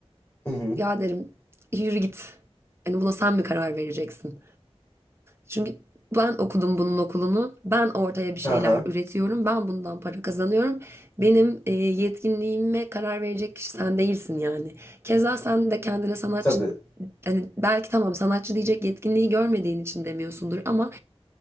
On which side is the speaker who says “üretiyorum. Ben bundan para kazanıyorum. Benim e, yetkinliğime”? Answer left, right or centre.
Right